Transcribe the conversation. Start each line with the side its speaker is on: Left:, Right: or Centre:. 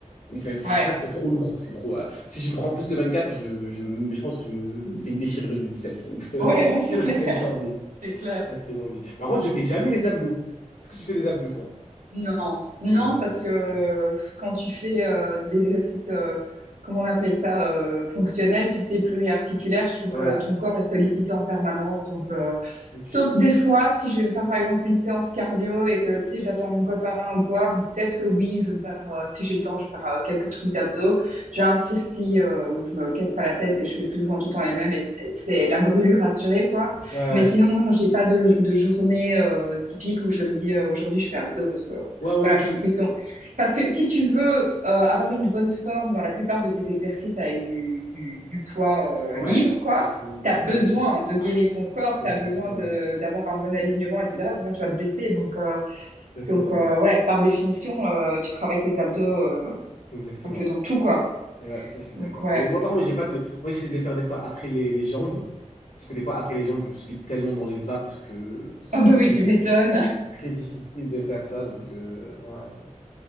Left: Mais c'est- ça,
Right: Ouais.
Left: en fait, c'est trop lourd. C'est trop. euh, si je me prends plus que 24, je, je, je pense que je me fais une déchirure du biceps. Donc, <laughs> j'ai
Right: Ouais, ouais, c'est
Left: pas
Right: clair.
Left: très
Right: <laughs>
Left: envie.
Right: C'est clair.
Left: Pas très envie. Par contre, je fais jamais les abdos. Est-ce que tu fais les abdos, toi?
Right: Non, non,
Left: Non, non plus,
Right: parce que euh,
Left: jamais.
Right: quand tu fais euh, des exercices, euh, comment on appelle ça, euh, fonctionnels, tu sais, pluriarticulaires, je trouve
Left: Ouais,
Right: que ton corps est sollicité en permanence. Donc, euh,
Left: ok.
Right: sauf des fois, si je vais me faire par exemple une séance cardio et que tu sais, j'attends mon copain ou quoi, bon, peut-être que oui, je vais me faire, euh, si j'ai le temps, je vais faire euh, quelques trucs d'abdos. J'ai un circuit euh, où je me casse pas la tête et je fais plus ou moins tout le temps les mêmes et et c'est la brûlure assurée, quoi.
Left: Ouais, ouais.
Right: Mais sinon, non, j'ai pas de, de journée euh, typique où je me dis euh, aujourd'hui je fais abdos parce que euh,
Left: Ouais, moi
Right: voilà,
Left: non plus.
Right: je trouve qu'ils sont. Parce que si tu veux euh, avoir une bonne forme dans la plupart de tes exercices avec du, du, du poids euh,
Left: Ouais,
Right: libre, quoi,
Left: il faut
Right: t'as
Left: contracter.
Right: besoin de
Left: Ouais,
Right: gainer ton corps,
Left: exactement.
Right: t'as besoin de d'avoir un bon alignement, etc. Sinon tu vas te blesser. Donc euh,
Left: Tout à fait
Right: donc
Left: d'accord.
Right: euh, ouais, par définition, euh, tu travailles tes abdos euh,
Left: Exactement.
Right: un peu dans tout, quoi.
Left: Et Ouais, ça, je suis d'accord.
Right: Donc ouais.
Left: Mais moi, par contre, j'ai pas de. Moi, j'essaie de les faire des fois après les, les jambes. Sauf que des fois, après les jambes, je suis tellement dans les vapes que
Right: Ah
Left: c'est
Right: bah
Left: très,
Right: oui,
Left: diffi-
Right: tu m'étonnes.
Left: très difficile de faire ça. Donc, euh, voilà.